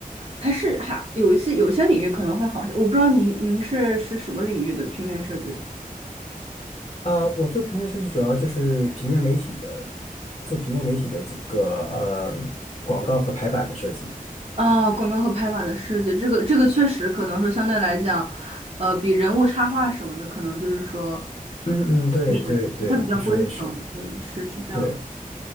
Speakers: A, on the right; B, on the left.
A: 还是还有一些有些领域可能会好一些。我不知道您您是是什么领域的平面设计
B: 呃，我做平面设计主要就是平面媒体的，做平面媒体的这个呃广告和排版的设计。
A: 啊？广告和排版的设计，这个这个确实可能说相对来讲，呃，比人物插画什么的，可能就是说，
B: 嗯嗯，对对对，
A: 就是它比较规整，
B: 你说的是
A: 对，是是这样。
B: 对